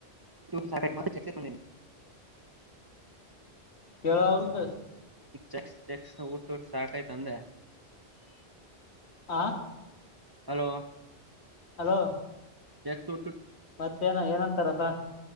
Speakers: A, on the right; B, on the left.
A: ಕ ಚಚೆತ
B: ಕೇಳ ಒಲ್್ದ
A: ಚೆಕ್ಸ್ ಚಕ್ಸ್ ಊಟ ಟ್ಟ ಸಾಕೈ್ತ ಅಂದೆ
B: ಹಾ
A: ಹಲೋ
B: ಹಲೋ
A: ಎ ಸು
B: ಮತ್ತೇನ ಏನಂತಾರಪ್ಪ